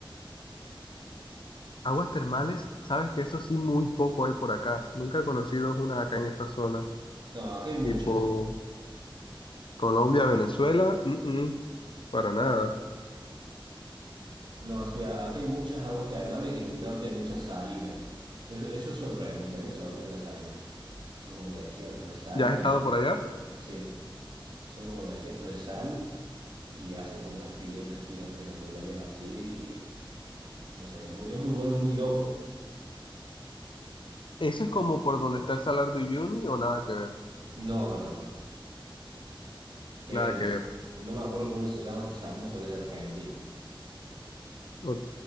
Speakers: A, on the left; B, on the right.
A: Aguas termales, sabes que eso sí muy poco hay por acá. Nunca he conocido una acá en esta zona.
B: No, acá hay muchas.
A: Tipo Colombia, Venezuela, mm, mm, para nada.
B: No, sí, a- acá hay muchas aguas termales y en el norte hay muchas salinas. Eso, eso es sorprendente, a mí me sorprenden las salinas. Son como desiertos de sal
A: ¿Ya has
B: y...
A: estado por allá?
B: Sí, Son como desiertos de sal y hacen como unas piletas gigantes naturales así y no sé, es muy, es muy bueno, es muy loco.
A: Eso es como por donde está el Salar de Uyuni o nada que ver.
B: No, no, no. Es,
A: Nada que ver.
B: no me acuerdo cómo se llama esta salina, pero es de Argentina.
A: Ok.